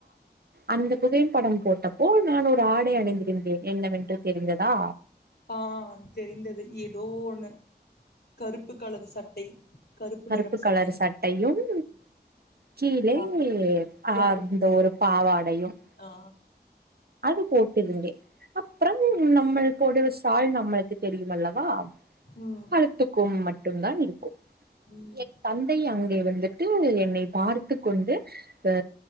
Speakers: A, on the right; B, on the left.
A: அந்த புகைபடம் போட்ட போல் நான் ஒரு ஆடை அணிந்திருந்தேன் என்னவென்று தெரிந்ததா
B: ஆஹ் தெரிந்தது ஏதோ ஒண்ணு கருப்பு கலரு சட்டை
A: கருப்பு
B: நிறம்
A: கலர்
B: சட்டை
A: சட்டையும் கீழே
B: ஆ
A: அ
B: எப்
A: அந்த ஒரு பாவாடையும்
B: ஆ
A: அது போட்டிருந்தே அப்றம் நம்மல் போடுற சால் நம்ளுக்கு தெரி யுமல்லவா
B: ம்
A: கழுத்துக்கும் மட்டும் தான் இருக்கும்
B: ம்
A: என் தந்தைய அங் கே வந்துட்டு என்னை பார்த்து கொண்டு அ